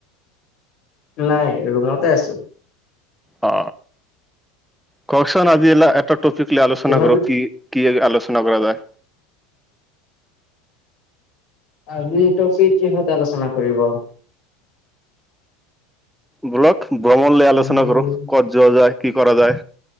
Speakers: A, on the left; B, in the centre.
A: নাই ৰুমতে আছো।
B: অ কওকচোন আজি এটা টপিক লৈ আলোচনা
A: কিহৰ
B: কৰো
A: বি
B: কি। কি আলোচনা কৰা যায়।
A: আজি তপিক কিহত আলোচনা কৰিব?
B: বলক ভ্ৰমণ লৈ আলোচনা
A: উম
B: কৰো। ক'ত যোৱা যায় কি কৰা যায়,